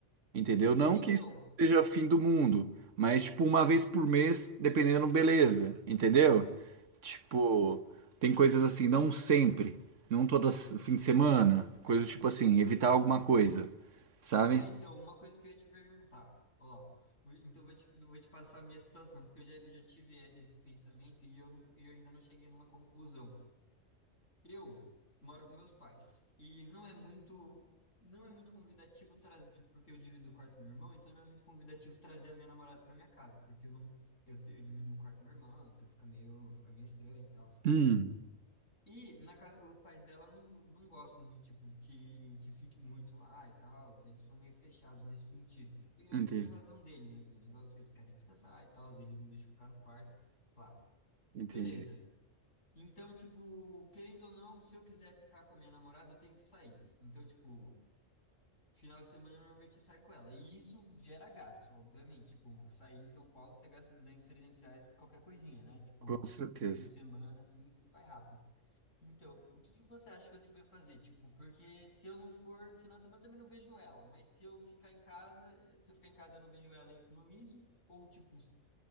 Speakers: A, on the right; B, on the left.
A: entendeu? Não
B: É, então,
A: que isso seja fim do mundo, mas tipo uma vez por mês, dependendo, beleza, entendeu? Tipo, tem coisas assim, não sempre, não todo s- fim de semana, coisas tipo assim, evitar alguma coisa, sabe?
B: É, então, uma coisa que eu ia te perguntar, ó, o- então eu vou te, eu vou te passar a minha situação, porque eu já, eu já tive é, esse pensamento e eu, nunca, eu ainda não cheguei numa conclusão. Eu moro com meus pais e não é muito, não é muito convidativo trazer, tipo, porque eu divido o quarto com meu irmão, então não é muito convidativo trazer a minha namorada para minha casa, porque eu não, eu, te- eu divido no quarto com meu irmão, então fica meio, fica meio estranho e tal.
A: Hum,
B: E na casa, os pais dela não, não gostam de, tipo, que, que fique muito lá e tal. Eles são meio fechados nesse sentido. E eu
A: Entendi,
B: não tiro a razão deles, assim. Eles gostam, eles querem descansar e tal. Eles não deixam ficar no quarto. Lá.
A: entendi.
B: Beleza. Então, tipo, querendo ou não, se eu quiser ficar com a minha namorada, eu tenho que sair. Então, tipo, final de semana, normalmente eu saio com ela. E isso gera gasto, obviamente. Tipo, sair em São Paulo, você gasta 200, 300 reais, qualquer coisinha, né? Tipo,
A: Com certeza.
B: um fim de semana, assim, você vai rápido. Então, o que que você acha que eu devia fazer? Tipo, porque se eu não for no final de semana, eu também não vejo ela. Mas se eu ficar em casa, se eu ficar em casa, eu não vejo ela e economizo. Ou, tipo,